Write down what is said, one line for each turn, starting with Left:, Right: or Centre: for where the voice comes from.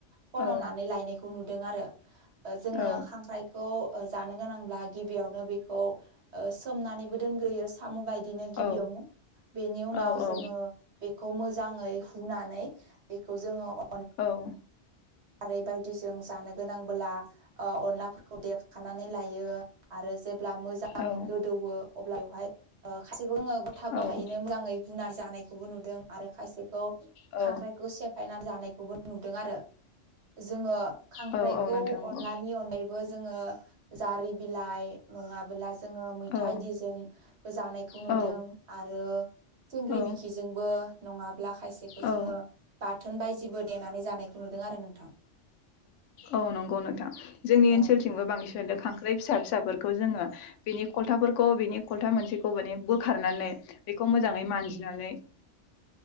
Right: खन'नानै
Left: औ
Right: लायनाय खौ नुदों आरो जोङो
Left: औ
Right: खांख्राइखौ ओ जानो गोनांब्ला गिबियावनो बेखौ ओ सोमनानैबो दोनग्रोयो साम' बाय बिदिनो गिबियावनो
Left: औ
Right: बेनि उनाव
Left: औ औ
Right: जोङो बेखौ मोजाङै हुनानै बेखौ जोङो अ -
Left: औ
Right: खारै बायदिजों जानो गोनांबोला ओ अन अनलाफोरखौ देखानानै लायो आरो जेब्ला मोजाङै
Left: औ
Right: गोदौवो अब्ला बेवहाय खायसेखौ जोंङो गथा
Left: औ
Right: गथायैनो मोजाङै हुना जानायखौबो नुदों आरो खायसेखौ
Left: औ
Right: खांख्राइखौ सेफायनानै जानायखौबो नुदों आरो जोङो खांख्राइखौ
Left: औ औ नोंथां नंगौ
Right: अनलानि अनगायैबो जोङो जारि बिलाइ नङाबोला जोङो मैथादिजों
Left: औ
Right: जानायखौ नुदों
Left: औ
Right: आरो सिंग्रि
Left: औ
Right: मिखिजोंबो नङाब्ला खायसेखौ
Left: औ
Right: जोङो बाथोन बायदिबो देनानै जानायखौ नुदों आरो नोंथां
Left: औ नंगौ नोंथां जोंनि
Right: औ
Left: ओनसोलथिमबो बांसिन बि खांख्राइ फिसा फिसाफोरखौ जोङो बेनि खलथाफोरखौ बिनि खलथा मोनसेखौ माने बोखारनानै बेखौ मोजाङै मानजिनानै